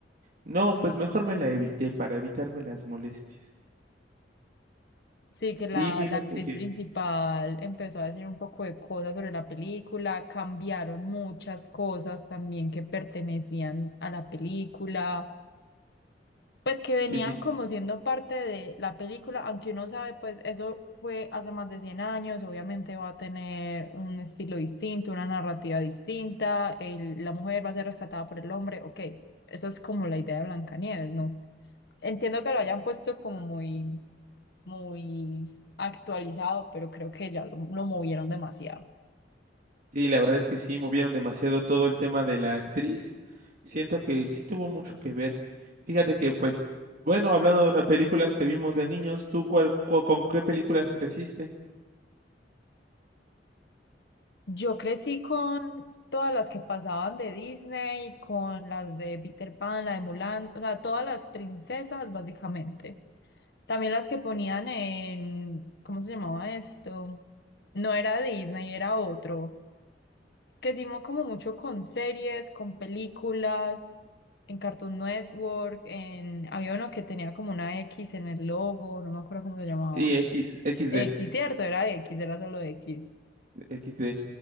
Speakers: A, on the right; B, on the left.
A: no, pues mejor me la evité para evitarme las molestias.
B: Sí, que
A: Sí,
B: la,
A: fíjate
B: la actriz
A: que
B: principal empezó a decir un poco de cosas sobre la película, cambiaron muchas cosas también que pertenecían a la película. Pues que venían
A: sí, sí,
B: como siendo parte de la película, aunque uno sabe, pues eso fue hace más de 100 años, obviamente va a tener un estilo distinto, una narrativa distinta, el- la mujer va a ser rescatada por el hombre, ok, esa es como la idea de Blancanieves, ¿no? Entiendo que lo hayan puesto como muy, muy actualizado, pero creo que ya lo, lo movieron demasiado.
A: sí, la verdad es que sí, movieron demasiado todo el tema de la actriz. Siento que sí tuvo mucho que ver. Fíjate que pues, bueno, hablando de unas películas que vimos de niños, ¿tú cuál, cu- con qué películas creciste?
B: Yo crecí con todas las que pasaban de Disney, con las de Peter Pan, la de Mulan, o sea, todas las princesas básicamente. También las que ponían en, ¿cómo se llamaba esto? No era Disney, era otro. Crecimos como mucho con series, con películas, en Cartoon Network, en, había uno que tenía como una X en el logo, no me acuerdo cómo se llamaba.
A: Sí, X, XD.
B: X, cierto, era X, era solo X.
A: XD.